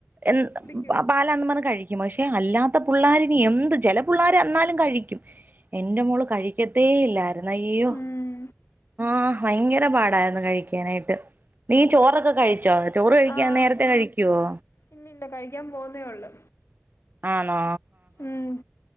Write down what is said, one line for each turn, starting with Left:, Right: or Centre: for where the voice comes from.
Right: എന്ത്
Left: കുടിക്കും
Right: പാലാന്ന് പറഞ്ഞ് കഴിക്കും- പക്ഷെ അല്ലാത്ത പുള്ളാരിന് എന്ത് ചെല പുള്ളാര് എന്നാലും കഴിക്കും എന്റെ മോള് ക കഴിക്കത്തേ ഇല്ലാര്ന്ന് അയ്യോ
Left: ഉം
Right: ആഹ് - ഭയങ്കര പാടായിരുന്നു കഴിക്കാനായിട്ട് നീ ചോറൊക്കെ കഴിച്ചോ? ചോറ് കഴിക്കാൻ
Left: ആഹ്
Right: നേരത്തെ കഴിക്കുവോ
Left: ഇല്ലില്ല കഴിക്കാൻ പോവുന്നേ ഒള്ളു
Right: ആന്നോ-
Left: ഉം